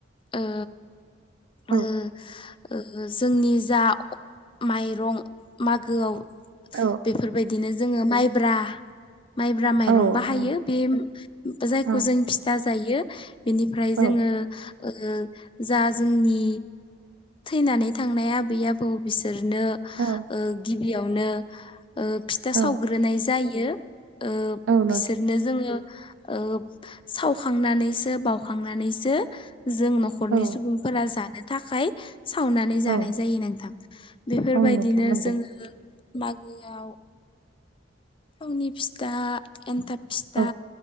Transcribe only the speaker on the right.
औ
औ
औ
नंगौ
औ
औ
औ
औ
औ नोंथां
औ
औ
औ नोंथां नंगौ
औ